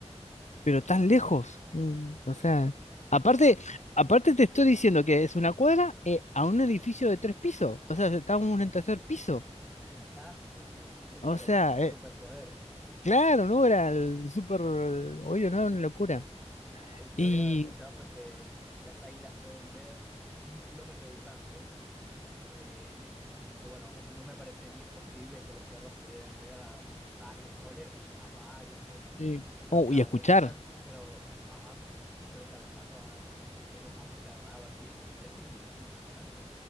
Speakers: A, on the left; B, in the centre.
A: Pero tan lejos. mm, O sea, aparte, aparte te estoy diciendo que es una cuadra eh, a un edificio de tres pisos. O sea, estábamos en el tercer piso.
B: Y <laughs> Ah, Bueno, su- su- un super,
A: O sea,
B: superpoder.
A: eh, claro, no era el súper... Oye, no era una locura.
B: Eh, Yo
A: Y,
B: había escuchado pues que las águilas pueden ver un kilómetro de distancia, eh, así que bueno, no me parecería imposible que los perros pudieran ver a varios, oler a varios metros.
A: y,
B: Pero
A: oh,
B: claro,
A: y a escuchar.
B: e- están, pero, ajá, pero claro, estando ah, en un espacio cerrado así, <laughs> in- impresionante.